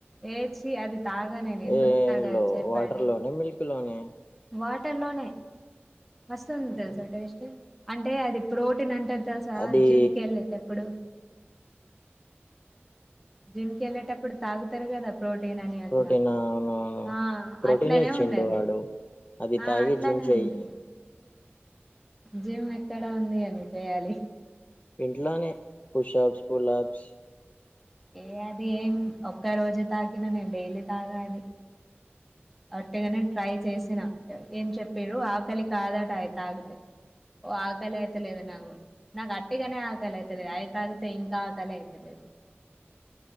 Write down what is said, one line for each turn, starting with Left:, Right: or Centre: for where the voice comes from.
Centre: ఏ చీ అది తాగానేను ఎందుకు
Left: ఏ
Centre: తాగాలి
Left: లో
Centre: చెప్పండి
Left: వాటర్ లోనే మిల్క్ లోనే
Centre: వా టల్లోనే మస్తుంది తెలుసా
Left: ఆ
Centre: టేస్ట్ అంటే అది ప్రోటీన్ అంటారు తెలుసా
Left: అది
Centre: జిమ్ కి ఏళ్ళేటప్పుడు జిమ్కి వెళ్ళలేటప్పుడు తాగుతారు కదా ప్రోటీన్ అని అట్లా
Left: ప్రోటీన్ అవునవును
Centre: ఆ
Left: ప్రోటీన్
Centre: అట్లనే
Left: ఇచ్చిండు
Centre: ఉన్నది
Left: వాడు అది
Centre: ఆ
Left: తాగి
Centre: అట్లనేే
Left: జిమ్ చెయి
Centre: ఉంది జిమ్ ఎక్కడ ఉంది అని చేయాలి
Left: ఇంట్లోనే పుషాబ్స్ పులాబ్స్
Centre: ఏ అది ఏం ఒక్క రోజు తాగీన నేను డైలీ తాగాది
Left: ఒ
Centre: అట్టేగానే ట్రై చేసినా ఏం చెప్పిర్రు ఆకలి కాదట అయి తాగితే ఓ ఆకలి అయితే లేదు నాకు అట్టిగానే ఆకలి అయితలేదు అయితాగతే ఇంకా ఆకలి అయితలే
Left: ఒ